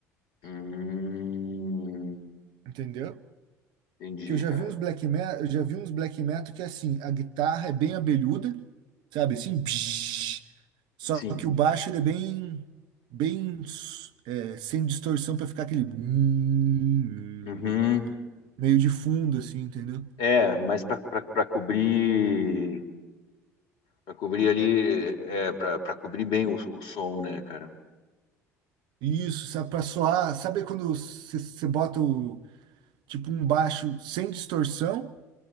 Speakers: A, on the left; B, on the right.
A: Hum,
B: Entendeu?
A: entendi,
B: Que eu já
A: cara.
B: vi uns black metal, eu já vi uns black metal que assim, a guitarra é bem abelhuda, sabe? Assim, psh, só
A: Sim.
B: que o baixo ele é bem, bem é, sem distorção pra ficar aquele bum,
A: Uhum.
B: meio de fundo, assim, entendeu?
A: É, mas para cobrir, para cobrir ali, é, para cobrir bem o, o som, né, cara?
B: Isso, sabe, pra soar. Sabe quando você bota o, tipo um baixo sem distorção,